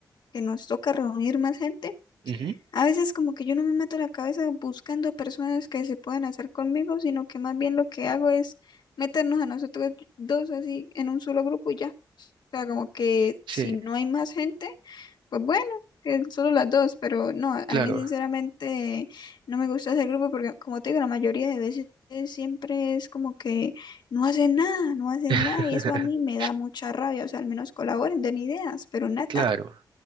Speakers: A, on the left (about 65°); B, on the right (about 80°).
A: que nos toca reunir más gente,
B: Ujú.
A: A veces como que yo no me meto la cabeza buscando personas que se puedan hacer conmigo, sino que más bien lo que hago es meternos a nosotros dos así en un solo grupo y ya. O sea, como que
B: Sí,
A: si no hay más gente, pues bueno, que solo las dos, pero no,
B: claro,
A: a mí sinceramente no me gusta ese grupo porque como te digo, la mayoría de veces siempre es como que no hacen nada, no hacen
B: <laughs>
A: nada y eso a mí me da mucha rabia, o sea, al menos colaboren, den ideas, pero nada.
B: claro.